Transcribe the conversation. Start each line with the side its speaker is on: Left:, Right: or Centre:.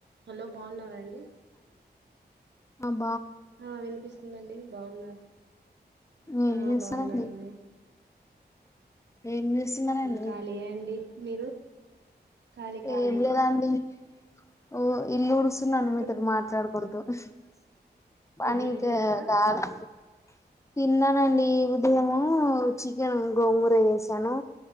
Right: Hello బాగున్నారాండి
Left: అ
Right: ఆ వినిపిస్తుంది అండి బాగున్నారా
Left: ఏం
Right: ఆ
Left: చేస్తారండి
Right: బాగున్నండి
Left: ఏం చేస్తున్నారండి
Right: ఖళీయే అండి మీరు ఖాళీ ఖాళీ
Left: ఏం లేదా అండి ఓ ఇల్లుడ్సు న్నాను మీతో
Right: తిన్
Left: మాట్లాడుకుంటు ఆ పనిక
Right: ఉహు
Left: <unintelligible>
Right: తిన్నారా
Left: తిన్నానండి ఉదయము చికెన్ గోంగూర చేసాను